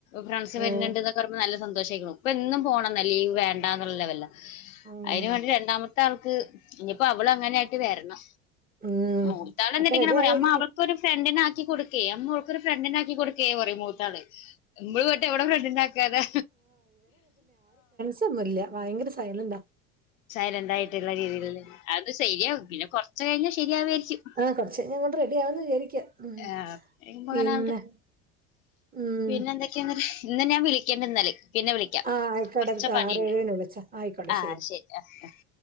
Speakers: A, on the left (about 85°); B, on the right (about 20°).
A: ഫ്രണ്ട്സ് വരുന്നുണ്ട്ന്നക്കെ
B: ആഹ്
A: പറഞ്ഞപ്പോ നല്ല സന്തോ ഷമായിരുന്നു ഇപ്പൊ എന്നും പോണെന്ന ലീവ് വേണ്ടന്നുള്ള ലെവലിലാ
B: ഉം
A: അതിന് വേണ്ടി രണ്ടാമത്തെ ആൾ ക്ക് ഇനിയിപ്പോ അവളും അങ്ങനെയായിട്ട് വരണം.
B: ഉം
A: മൂത്താള് എന്നിട്ടിങ്ങനെ
B: ഒക്കെ റെഡി
A: പറയാ
B: ആവായിരിക്കും.
A: അമ്മ അവൾക്ക് ഒരു ഫ്രണ്ടിനെ ആക്കി കൊടുക് ക്കേ അമ്മ ഇവൾക്കൊരു ഫ്രണ്ടിനാക്കി കൊടുക്കെ പറയും മൂത്താള് നമ്മള് മറ്റേ അവട ഫ്രണ്ടിന്റാൽക്കാരാ
B: ന്നുല്ല്യ ഭയങ്കര സയിലെന്റ
A: സൈലന്റായിട്ടുള്ള രീതിയിലല്ലേ അത് ശരിയാകും പിന്നെ കൊറച്ച് കഴിഞ്ഞാ ശരിയാവാരിക്കും
B: ആഹ് കൊറച്ച് കയിഞ്ഞ് അങ്ങട്ട് റെഡി ആവൂന്ന് വിചാരിക്കാ ഉം
A: ഏഹ് <unintelligible>
B: പിന്നെ ഉം
A: പിന്നെ എന്തെ ക്കിന്ന്ട്ട് ഇന്നാ ഞാൻ വിളിക്ക്ണ്ട്ന്നാല് പിന്നെ വിളിക്കാം
B: ആ ആയിക്കോട്ടെ
A: കൊറച്ച് പണിയുണ്ട്
B: ആറേഴ് കഴിഞ്ഞ് വിളിച്ചാ ആയിക്കോട്ടെ
A: ആഹ് ശരി ആഹ്